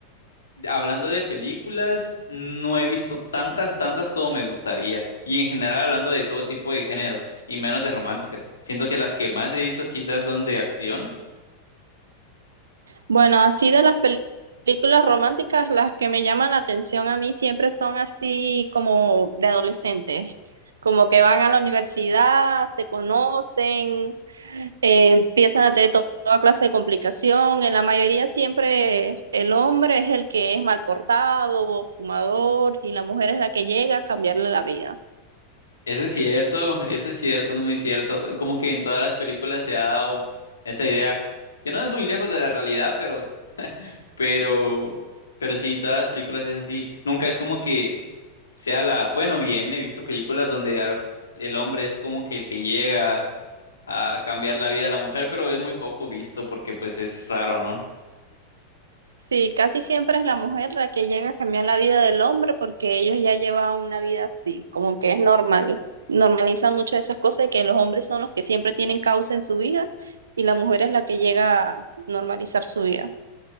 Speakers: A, on the left; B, on the right.
A: hablando de películas, no he visto tantas, tantas como me gustaría. Y en general hablando de todo tipo de géneros y menos de románticas. Siento que las que más he visto quizás son de acción.
B: Bueno, así de las pel- películas románticas, las que me llaman la atención a mí siempre son así como de adolescentes, como que van a la universidad, se conocen, eh, empiezan a tener to- toda clase de complicación. En la mayoría siempre el hombre es el que es mal portado, fumador, y la mujer es la que llega a cambiarle la vida.
A: Eso es cierto, eso es cierto, es muy cierto. Como que en todas las películas se ha dado esa idea, que no es muy lejos de la realidad, pero, pero, pero sí, todas las películas es así. Nunca es como que sea la, bueno, bien, he visto películas donde al- el hombre es como que el que llega a cambiar la vida de la mujer, pero es muy poco visto porque pues es raro, ¿no?
B: Sí, casi siempre es la mujer la que llega a cambiar la vida del hombre porque ellos ya llevan una vida así, como que es normal. Normalizan muchas de esas cosas y que los hombres son los que siempre tienen causa en su vida y la mujer es la que llega a normalizar su vida.